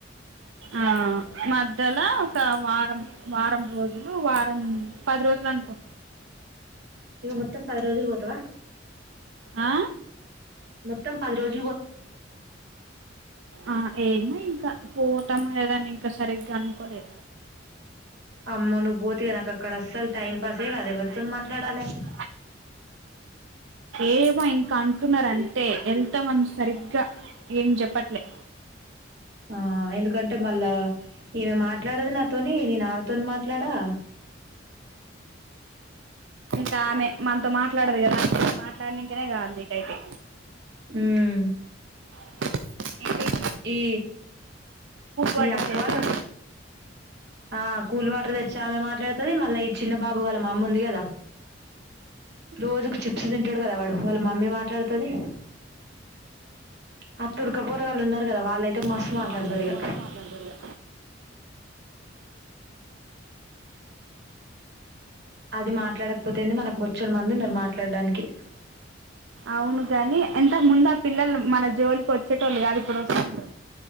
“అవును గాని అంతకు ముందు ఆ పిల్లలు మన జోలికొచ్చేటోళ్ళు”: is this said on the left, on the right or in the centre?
Right